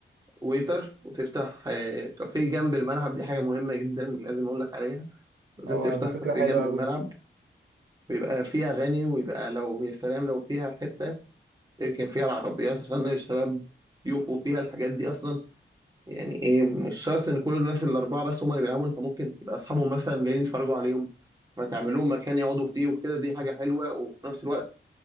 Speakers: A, on the right (about 20°); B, on the right (about 65°).
A: ويتر وتفتح آه، كافيه جنب الملعب دي حاجة مهمة جدا لازم أقول لك عليها لازم
B: اه
A: تفتح
B: دي فكره
A: كافيه
B: حلوه
A: جنب
B: قوي
A: الملعب
B: دي
A: ويبقى فيه أغاني ويبقى لو يا سلام لو فيها حتة تركن فيها العربيات عشان الشباب يقفوا فيها الحاجات دي أصلا يعني ايه مش شرط ان كل الناس الاربعه بس هم اللي بيلعبوا انت ممكن تبقى اصحابهم مثلا جايين يتفرجوا عليهم فتعمل لهم مكان يقعدوا فيه وكده دي حاجه حلوه وفي نفس الوقت